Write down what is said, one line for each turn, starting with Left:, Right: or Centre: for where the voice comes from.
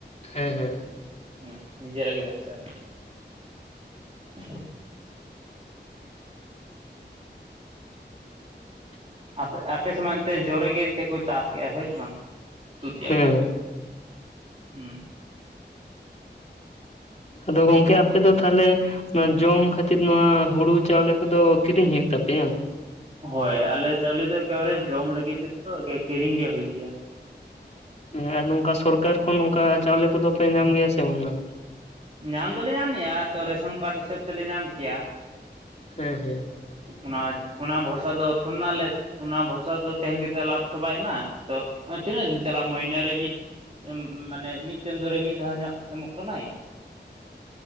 Left: ᱦᱮᱸ ᱦᱮᱸ᱾
Right: ᱦᱳᱭ ᱱᱤᱡᱮᱨᱟᱜ ᱜᱮ ᱵᱟᱧᱪᱟᱜᱼᱟ᱾ <inaudible>
Left: <inaudible>
Right: ᱟᱯᱮ ᱟᱯᱮ ᱥᱮᱫ ᱢᱟ ᱮᱱᱛᱮᱜ ᱡᱚᱨᱮ ᱜᱮ ᱮᱱᱛᱮᱜ ᱠᱚ ᱪᱟᱥ ᱠᱮᱫᱼᱟ ᱦᱳᱭ ᱥᱮ ᱵᱟᱝ ᱛᱩᱫ ᱠᱮᱫ
Left: ᱦᱮᱸ
Right: ᱟᱠᱚ ᱦᱩᱸ ᱾
Left: ᱟᱫᱚ ᱜᱚᱝᱠᱮ ᱟᱯᱮ ᱫᱚ ᱛᱷᱟᱞᱮ ᱚᱱᱟ ᱡᱚᱢ ᱠᱷᱟᱹᱛᱤᱨ ᱱᱚᱶᱟ ᱦᱩᱲᱩ ᱪᱟᱣᱞᱮ ᱠᱚᱫᱚ ᱠᱤᱨᱤᱧ ᱦᱩᱭᱩᱜ ᱛᱟᱯᱮᱭᱟ?
Right: ᱦᱳᱭ ᱟᱞᱮ ᱪᱟᱣᱞᱮ ᱫᱚ ᱮᱠᱮᱵᱟᱨᱮ ᱡᱚᱢ ᱞᱟᱹᱜᱤᱫ ᱛᱮᱫᱚ ᱮᱠᱮ ᱠᱤᱨᱤᱧ ᱜᱮ ᱦᱩᱭ ᱠᱮᱭᱟ᱾
Left: ᱦᱮᱸ ᱟᱨ ᱱᱚᱝᱠᱟ ᱥᱚᱨᱠᱟᱨ ᱠᱷᱚᱱ ᱱᱚᱝᱠᱟ ᱪᱟᱣᱞᱮ ᱠᱚᱫᱚ ᱯᱮ ᱧᱟᱢ ᱜᱮᱭᱟ ᱥᱮ ᱵᱟᱝᱟ?
Right: ᱧᱟᱢ ᱫᱚᱞᱮ ᱧᱟᱢᱮᱜᱼᱟ ᱛᱚ ᱨᱮᱥᱚᱱ ᱠᱟᱨᱰ ᱦᱤᱥᱟᱹᱵᱽ ᱛᱮᱞᱮ ᱧᱟᱢ ᱠᱮᱭᱟ᱾
Left: ᱦᱮᱸ ᱦᱮᱸ᱾
Right: ᱚᱱᱟ ᱚᱱᱟ ᱵᱷᱚᱨᱥᱟ ᱫᱚ ᱛᱷᱚᱲᱤ ᱱᱟᱜ ᱞᱮ ᱚᱱᱟ ᱵᱷᱚᱨᱥᱟ ᱨᱮᱫᱚ ᱛᱮᱦᱮᱱ ᱠᱟᱛᱮᱫ ᱞᱟᱵᱷ ᱛᱚ ᱵᱟᱭ ᱮᱢᱟ, ᱛᱚ ᱛᱤᱱᱟᱹᱜ ᱫᱤᱱ ᱪᱟᱞᱟᱜᱼᱟ? ᱢᱟᱹᱭᱱᱟᱹ ᱨᱮ ᱢᱤᱫ ᱮᱸ ᱢᱟᱱᱮ ᱢᱤᱫ ᱪᱟᱸᱫᱳ ᱨᱮ ᱢᱤᱫ ᱫᱷᱟᱣ ᱧᱚᱜ ᱮᱢᱚᱜ ᱠᱟᱱᱟᱭ᱾